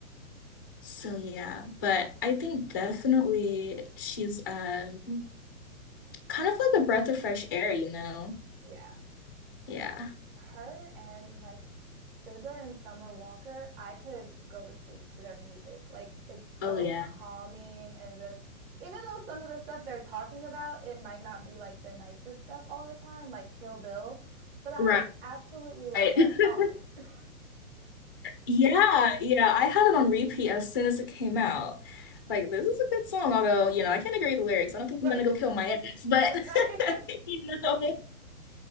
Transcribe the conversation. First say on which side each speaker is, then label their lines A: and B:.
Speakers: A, on the left (about 15°); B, on the right (about 40°).
A: So, yeah. But I think definitely she's um, kind of like a breath of fresh air, you know?
B: Yeah.
A: Yeah.
B: her and like SZA and Summer Walker, I could go to sleep to their music. Like it's so
A: Oh, yeah.
B: calming and just even though some of the stuff they're talking about, it might not be like the nicest stuff all the time, like Kill Bill, but I
A: Right.
B: absolutely love
A: Right.
B: that
A: <laughs>
B: song. <laughs>
A: Yeah, yeah. I had it on repeat as soon as it came out. Like, this is a good song, although, you know, I can't agree with the lyrics. I don't think
B: Right.
A: I'm gonna go kill my ex, but
B: <laughs> right.
A: <laughs> you know, <laughs> other